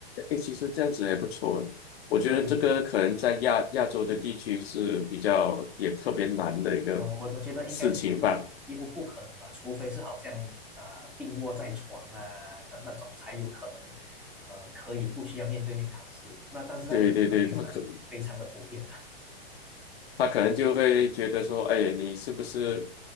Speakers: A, on the left (about 75°); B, in the centre.
A: 诶，其实这样子也不错。我觉得这个可能在亚亚洲的地区是比较也特别难的一个
B: 对，嗯，我我我觉得应该是几乎几乎不可能吧，
A: 事情吧。
B: 除非是好像啊、呃病卧在床啊那那种才有可能，呃，可以不需要面对面考试。那但是在美国是非常非常的普遍的，
A: 对对对，他可他可能就会觉得说，哎，你是不是